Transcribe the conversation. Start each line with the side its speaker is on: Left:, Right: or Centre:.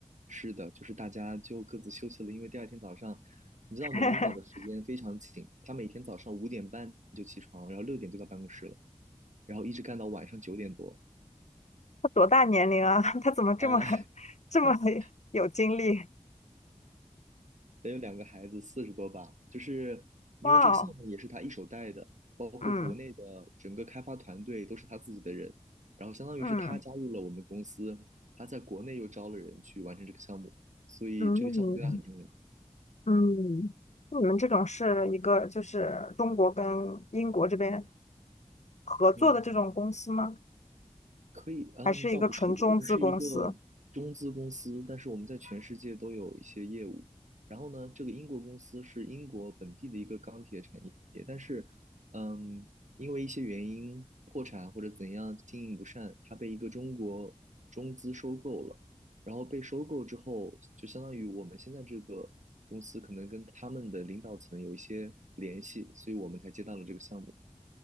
Right: 是的，就是大家就各自休息了，因为第二天早上，你知道我们领导的时间非常紧，
Left: <laughs>
Right: 他每天早上五点半就起床，然后六点就到办公室了，然后一直干到晚上九点多，
Left: 他多大年龄啊？<laughs> 他怎么这么
Right: 啊，
Left: <laughs>
Right: <laughs>
Left: 这么有精力？
Right: 得有两个孩子，四十多吧。就是因为这个项目也是他一手带的，
Left: 哇哦，
Right: 包括国内的整个开发团队都是他自己的人，
Left: 嗯
Right: 然后相当于是他加入了我们公司，
Left: 嗯
Right: 他在国内又招了人去完成这个项目，所以这个项目对他很重要。
Left: 嗯嗯，那你们这种是一个就是中国跟英国这边合作的这种公司吗？
Right: 嗯，可以，嗯，
Left: 还是一个纯中资公司？
Right: 倒不是，我们是一个中资公司，但是我们在全世界都有一些业务。然后呢，这个英国公司是英国本地的一个钢铁产业，但是，嗯，因为一些原因破产或者怎样经营不善，它被一个中国中资收购了。然后被收购之后，就相当于我们现在这个公司可能跟他们的领导层有一些联系，所以我们才接到了这个项目。